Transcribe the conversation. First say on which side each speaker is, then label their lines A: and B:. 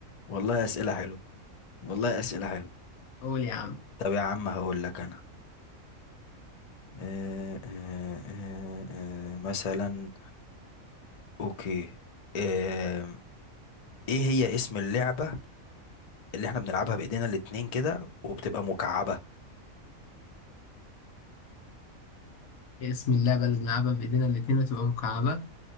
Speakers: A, on the left; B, on the left.
A: والله اسئلة حلوة والله اسئلة حلوة
B: قول يا عم
A: طب يا عم هقول لك انا آه آه آه آه آه، آه، مثلا اوكي آه ايه هي اسم اللعبة اللي احنا بنلعبها بايدينا الاتنين كده وبتبقى مكعبة
B: بسم الله بلد نلعبها بايدينا الاتنين وتبقى مكعبة